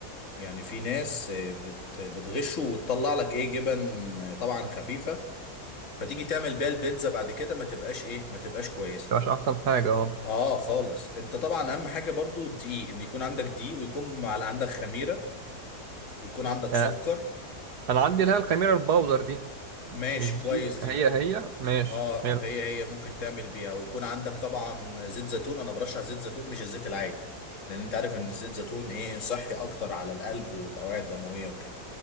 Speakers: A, on the left; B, on the right.
A: يعني في ناس آه، بت- بتغشه وتطلع لك إيه جبن آه، طبعا خفيفة فتيجي تعمل بيها البيتزا بعد كده ما تبقاش إيه ما تبقاش كويسة
B: مش احسن حاجه اه
A: آه خالص أنت طبعا أهم حاجة برضو الدقيق إن يكون عندك دقيق ويكون مع- عندك خميرة ويكون عندك
B: آه،
A: سكر
B: انا عندي اللي هي الخميره الباودر دي
A: ماشي
B: مش
A: كويس
B: دي
A: دي
B: هي هي ماشي
A: اه
B: حلو
A: هي هي ممكن تعمل بيها ويكون عندك طبعا زيت زيتون انا برشح زيت زيتون مش الزيت العادي لان انت عارف ان الزيت زيتون ايه صحي اكتر على القلب والاوعيه الدمويه وكده